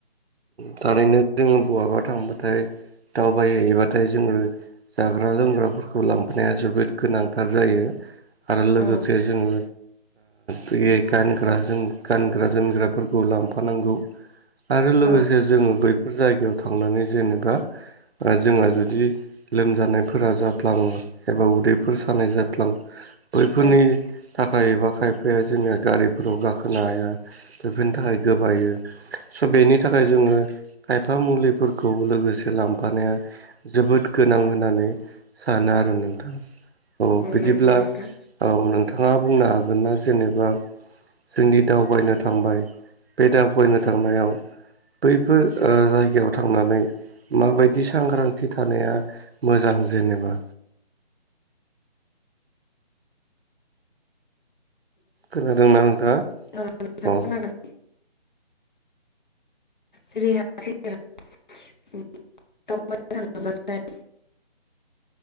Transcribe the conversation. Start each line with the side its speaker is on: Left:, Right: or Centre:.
Right: थारैनो जोङो बहाबा थांबाथाय दावबायहैयोबाथाय जोङो जाग्रा लोंग्राफोरखौ लांफानाया जोबोद गोनांथार जायो आरो लोगोसे
Left: औ
Right: जोङो बे गानग्रा गानग्रा जोमग्राफोरखौ लांफानांगौ आरो लोगोसे
Left: औ
Right: जोङो बैफोर जायगायाव थांनानै जेनेबा जोंहा जुदि लोमजानायफोरा जाफ्लाङो एबा उदैफोर सानाय जाफ्लाङो बैफोरनि
Left: औ
Right: थाखा एबा खायफाया जोंनिया गारिफोराव गाखोनो हाया बेफोरनि थाखाय गोबायो स' बेनि थाखाय जोङो खायफा मुलिफोरखौ लोगोसे लांफानाया जोबोद गोनां होननानै सानो आरो नोंथाङा औ बिदिब्ला
Left: नंगौ नोंथां
Right: औ नोंथाङा बुंनो हागोन ना जेनेबा जोंनि दावबायनो थांबाय बे दावबायनो थांनायाव बैफोर जायगायाव थांनानै माबायदि सांग्रांथि थानाया मोजां जेनेबा खोनादोंना नोंथाङा
Left: औ नोंथां
Right: औ
Left: खोनादों जेरैहाइ जोंङो दावबायन थाङोब्लाथाय